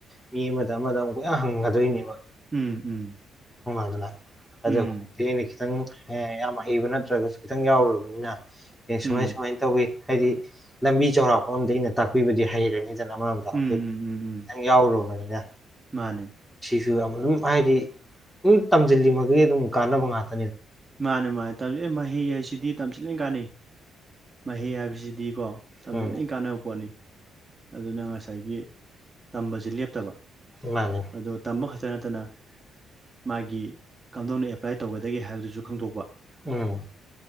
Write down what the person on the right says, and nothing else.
ꯎꯝ ꯎꯝ
ꯎꯝ
ꯎꯝ
ꯎꯝ ꯎꯝ ꯎꯝ ꯎꯝ
ꯃꯥꯅꯦ
ꯃꯥꯅꯦ ꯃꯥꯅꯦ ꯇꯝꯖꯩ ꯃꯍꯩ ꯍꯥꯏꯁꯤꯗꯤ ꯇꯝꯁꯤꯜꯂꯤ ꯀꯥꯟꯅꯩ ꯃꯍꯩ ꯍꯥꯏꯕꯁꯤꯗꯤꯀꯣ ꯇꯝꯁꯤꯜꯂꯤ
ꯀꯥꯟꯅꯕ ꯄꯣꯠꯅꯤ ꯑꯗꯨꯅ ꯉꯁꯥꯏꯒꯤ ꯇꯝꯕꯖꯦ ꯂꯦꯞꯇꯕ
ꯑꯗꯣ ꯇꯝꯕ ꯈꯛ ꯇ ꯅꯠꯇꯅ ꯃꯥꯒꯤ ꯀꯝꯗꯧꯅ ꯑꯦꯄ꯭ꯂꯥꯏ ꯇꯧꯒꯗꯒꯦ ꯍꯥꯏꯗꯨꯖꯨ ꯈꯪꯗꯣꯛꯄ